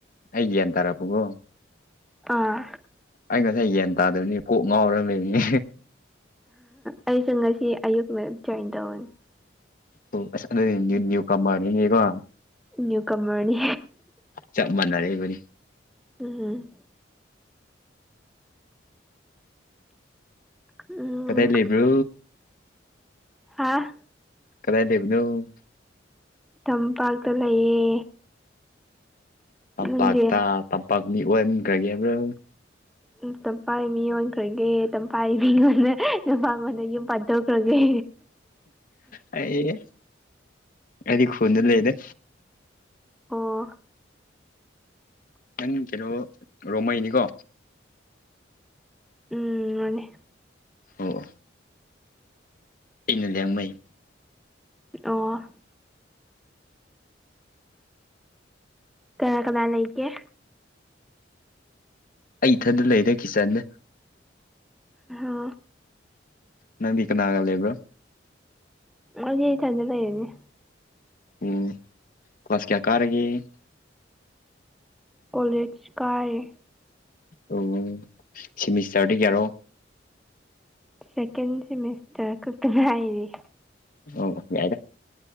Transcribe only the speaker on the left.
ꯑꯩ ꯒ꯭ꯌꯥꯟ ꯇꯥꯔꯛꯄꯀꯣ
ꯑꯩ ꯉꯁꯥꯏ ꯒꯌꯥꯟ ꯇꯥꯗꯕꯅꯤ ꯀꯣꯛ ꯉꯥꯎꯔ ꯂꯩꯅꯤ
ꯑꯣ ꯑꯁ ꯑꯗꯨꯗꯤ ꯅꯌꯨ ꯀꯥꯃꯥꯔꯅꯤꯀꯣ
ꯆꯞ ꯃꯥꯟꯅꯔꯦꯕꯅꯤ
ꯀꯗꯥꯢ ꯂꯩꯕ꯭ꯔꯣ
ꯀꯗꯥꯏ ꯂꯩꯕꯅꯣ
ꯇꯝꯄꯥꯛꯇ
ꯇꯝꯄꯥꯛ ꯃꯤ ꯑꯣꯟꯈ꯭ꯔꯥꯒꯦ ꯍꯥꯢꯕ꯭ꯔꯣ
ꯑꯩ ꯑꯩꯗꯤ ꯈꯨꯟꯗ ꯂꯩꯗꯥ
<unintelligible> ꯔꯣꯃꯩꯅꯤꯀꯣ
ꯑꯣ ꯑꯩꯅ ꯂꯤꯌꯥꯡꯃꯩ
ꯑꯩ ꯏꯊꯟꯗ ꯂꯩꯔꯦ ꯀꯤꯆꯟꯗꯥ
ꯅꯪꯗꯤ ꯀꯅꯥꯒ ꯂꯩꯕ꯭ꯔꯥ
ꯎꯝ ꯀ꯭ꯂꯥꯁ ꯀꯌꯥ ꯀꯥꯔꯒꯦ
ꯑꯣ ꯁꯤꯃꯤꯁꯇꯔꯗꯤ ꯀꯌꯥꯔꯣ
ꯑꯣ ꯌꯥꯏꯗ